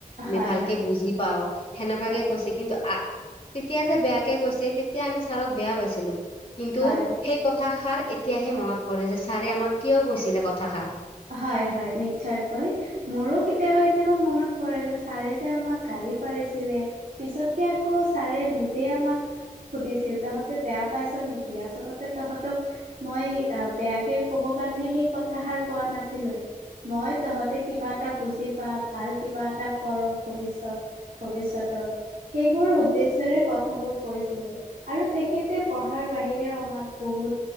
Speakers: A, on the left; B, on the right.
A: আমি
B: হয়
A: ভালকে বুজি পাও, সেনেকুৱাকে
B: হয় হয়
A: কৈছে। কিন্তু আ- তেতিয়া যে বেয়াকে কৈছে, তেতিয়া আমি ছাৰক বেয়া পাইছিলো। কিন্তু
B: হয়
A: সেই কথাষাৰ এতিয়াহে মনত পৰে, যে ছাৰে আমাক কিয় কৈছিলে কথাষাৰ।
B: হয় হয় নিশ্চয়কৈ মোৰো কেতিয়াবা কেতিয়াবা মনত পৰে যে ছাৰে যে আমাক গালি পাৰিছিলে, পিছতকে আকৌ ছাৰে নিজে আমাক সুধিছিল, তহঁতে বেয়া পাইছ নেকি, আচলতে তহঁতক মই বেয়াকে ক'ব কাৰণে সেই কথাষাৰ কোৱা নাছিলো। মই তহঁতে কিবা এটা বুজি পা, ভাল কিবা এটা কৰ ভৱিষ্যত ভৱিষয়তত, সেইবোৰ উদ্দেশ্যয়ৰে কথাবোৰ কৈছিলো আৰু তেখেতে পঢ়াৰ বাহিৰেও আমাক বহুত